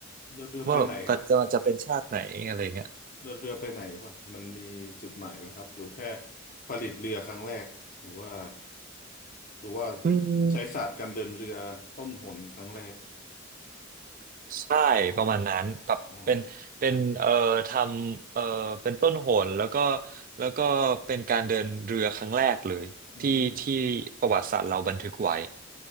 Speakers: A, on the left; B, on the right.
A: เดินเรือไปไหนครับ
B: ว่าจะจะเป็นชาติไหนอะไรเงี้ย
A: เดินเรือไปไหนป่ะมันมีจุดหมายไหมครับหรือแค่ผลิตเรือครั้งแรกหรือว่าหรือว่า
B: อืม
A: ใช้ศาสตร์การเดินเรือต้นหนครั้งแรก
B: ใช่ประมาณนั้นแบบเป็นเป็นเอ่อทำเอ่อเป็นต้นโหนแล้วก็
A: อ๋อ
B: แล้วก็เป็นการเดินเรือครั้งแรกเลยที่ที่ประวัติศาสตร์เราบันทึกไว้
A: อืม